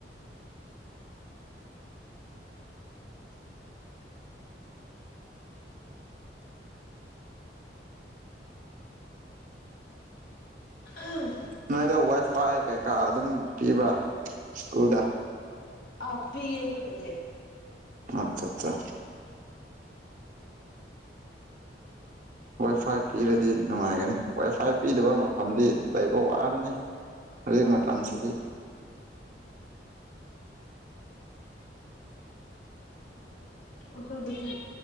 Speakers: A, on the left; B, on the right.
A: <unintelligible>
B: ꯅꯣꯏꯗ ꯋꯥꯏꯐꯥꯏ ꯀꯩꯀꯥ ꯑꯗꯨꯝ ꯄꯤꯕ꯭ꯔꯥ ꯁ꯭ꯀꯨꯜꯗ
A: ꯑꯥ ꯄꯤꯌꯦ ꯑꯩꯈꯣꯏꯕꯨꯗꯤ
B: ꯑꯠꯆꯥ ꯆꯥ ꯋꯥꯏ ꯐꯥꯏ ꯄꯤꯔꯗꯤ ꯅꯨꯡꯉꯥꯏꯒꯅꯤ ꯋꯥꯏ ꯐꯥꯏ ꯄꯤꯗꯕ ꯃꯐꯝꯗꯤ ꯂꯩꯕ ꯋꯥꯕꯅꯤ ꯍꯧꯖꯤꯛ
A: ꯎꯝ
B: ꯃꯇꯝꯁꯤꯗꯤ
A: ꯑꯣꯈꯣꯏꯗꯤ